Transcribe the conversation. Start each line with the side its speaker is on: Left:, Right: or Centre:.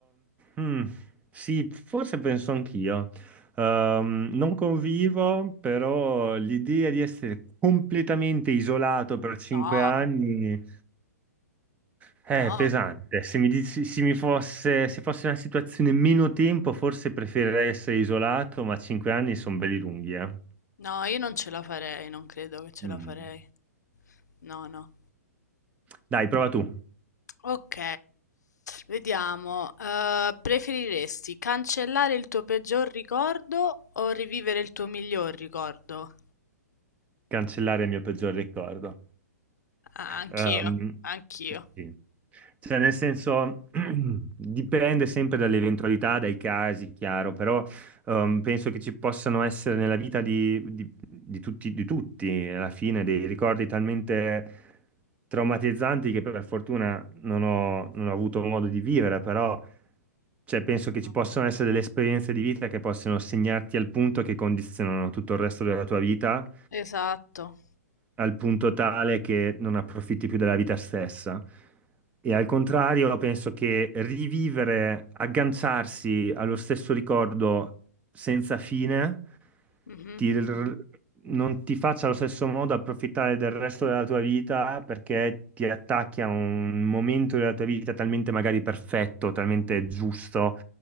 Right: mm, sì, forse penso anch'io. Ehm, non convivo, però l'idea di essere completamente isolato per cinque
Left: No,
Right: anni... È
Left: no,
Right: pesante. Se mi, dici- se mi fosse, se fosse una situazione meno tempo, forse preferirei essere isolato, ma cinque anni sono belli lunghi, eh.
Left: no, io non ce la farei, non credo che ce
Right: Mm.
Left: la farei. No, no.
Right: Dai, prova tu.
Left: Ok, vediamo. Eh, preferiresti cancellare il tuo peggior ricordo o rivivere il tuo miglior ricordo?
Right: Cancellare il mio peggior ricordo.
Left: Ah, anch'io,
Right: Ehm,
Left: anch'io.
Right: sì. Cioè, nel senso, <clears throat> dipende sempre dalle eventualità, dai casi, chiaro, però ehm, penso che ci possano essere nella vita di, di- di tutti, di tutti, alla fine, dei ricordi talmente traumatizzanti che per fortuna non ho, non ho avuto modo di vivere, però cioè, penso che ci possano
Left: Mhm.
Right: essere delle esperienze di vita che possono segnarti al punto che condizionano tutto il resto della tua vita
Left: Esatto.
Right: al punto tale che non approfitti più della vita stessa. E al contrario, penso che rivivere, agganciarsi allo stesso ricordo senza fine,
Left: Mhm,
Right: ti r- non ti faccia allo stesso modo approfittare del resto della tua vita perché ti attacchi a un momento della tua vita talmente magari perfetto, talmente giusto,